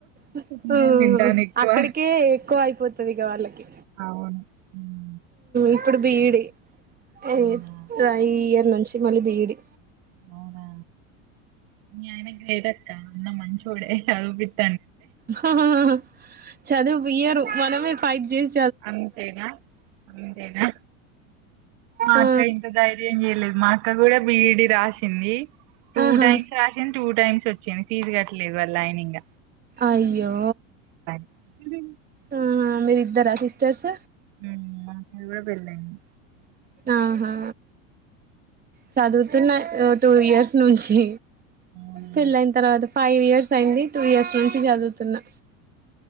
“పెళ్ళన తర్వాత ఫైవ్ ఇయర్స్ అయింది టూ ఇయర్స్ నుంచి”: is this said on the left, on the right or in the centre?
Right